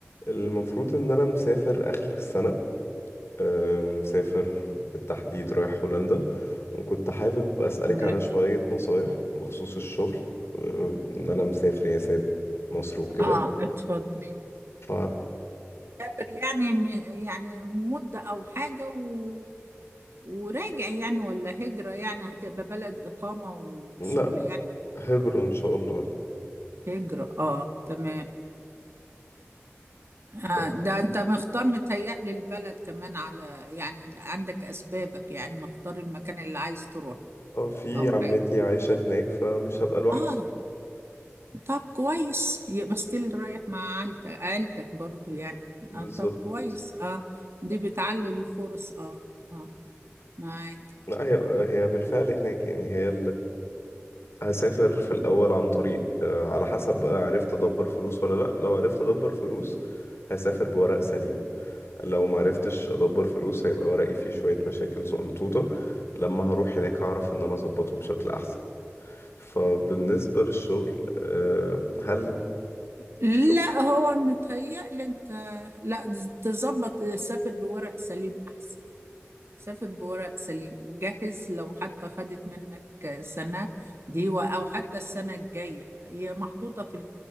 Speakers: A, on the left; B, on the right.
A: المفروض ان انا مسافر اخر السنة أم، مسافر بالتحديد رايح هولندا وكنت حابب اسألك
B: تمام.
A: على شوية نصايح بخصوص الشغل أم، ان انا مسافر يعني سايب مصر وكده
B: اه اتفضل
A: ف
B: سافر يعني م- يعني مدة أو حاجة و... وراجع يعني ولا هجرة يعني هتبقى بلد إقامة وشغل
A: لا
B: يعني
A: هجرة ان شاء الله
B: هجرة اه تمام آه
A: ف
B: ده أنت مختار متهيألي البلد كمان على يعني عندك أسبابك يعني مختار المكان اللي عايز تروح
A: اه في
B: أو حاجة
A: عمتي عايشة هناك فمش هبقى لوحدي
B: اه طب كويس يبقى ستيل رايح مع عيلتك عيلتك برضو يعني
A: بالظبط
B: آه طب كويس اه دي بتعلي الفرص اه اه معاك
A: لا هي هي بالفعل هناك يعني هي هسافر في الأول عن طريق آه، على حسب بقى عرفت أدبر فلوس ولا لأ لو عرفت أدبر فلوس هسافر بورق سليم لو ما عرفتش أدبر فلوس هيبقى ورقي فيه شوية مشاكل زقنطوطة لما هروح هناك هعرف إن أنا أظبطه بشكل أحسن فبالنسبة للشغل آه، هل
B: لا
A: الشغل
B: هو متهيألي انت لا تظبط سافر بورق سليم احسن سافر بورق سليم جهز لو حتى خدت منك سنة دي و- او حتى السنة الجاية هي محطوطة في